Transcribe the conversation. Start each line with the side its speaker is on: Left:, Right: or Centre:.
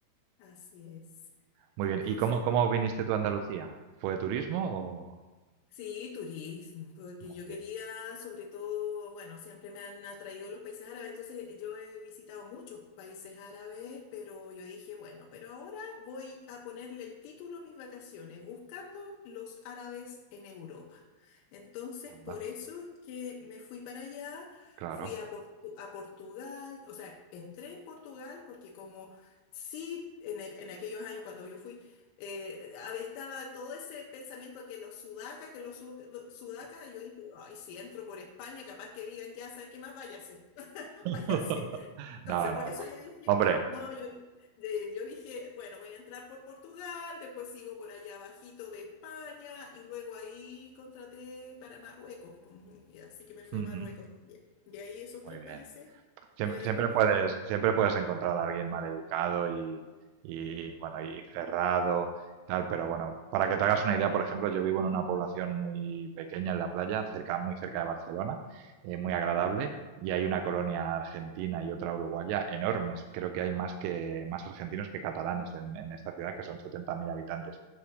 Left: así es.
Right: Muy
Left: Entonces...
Right: bien. ¿Y cómo, cómo viniste tú a Andalucía? ¿Fue de turismo o...?
Left: Sí, turismo, porque
Right: Muy
Left: yo
Right: bien.
Left: quería, sobre todo, bueno, siempre me han atraído los países árabes, entonces yo he visitado muchos países árabes, pero yo dije, bueno, pero ahora voy a ponerle el título a mis vacaciones, buscando los árabes en Europa. Entonces,
Right: Onda.
Left: por eso es que me fui para allá,
Right: Claro.
Left: fui a, Portu- a Portugal, o sea, entré en Portugal porque como sí, en, e- en aquellos años cuando yo fui... Eh, a- estaba todo ese pensamiento de que los sudacas, que los su- sudacas, yo dije, ay, si entro por España, capaz que digan, ya, ¿sabes qué más? Váyase, <laughs>
Right: <laughs>
Left: váyase. Entonces,
Right: No,
Left: por
Right: no,
Left: eso
Right: no.
Left: yo dije,
Right: Hombre.
Left: no, yo, de- yo dije, bueno, voy a entrar por Portugal, después sigo por allá abajito de España, y luego ahí contraté para Marruecos, pues, y así que me fui
Right: ujú,
Left: a Marruecos también. Y ahí esos tres
Right: Muy bien.
Left: países,
Right: Siempre,
Left: eh,
Right: siempre
Left: después me
Right: puedes,
Left: fui.
Right: siempre puedes encontrar a alguien maleducado y, y bueno, y cerrado, tal, pero bueno, para que te hagas una idea, por ejemplo, yo vivo en una población muy pequeña en la playa, cerca, muy cerca de Barcelona, eh, muy agradable, y hay una colonia argentina y otra uruguaya enormes. Creo que hay más que más argentinos que catalanes en, en esta ciudad, que son 70.000 habitantes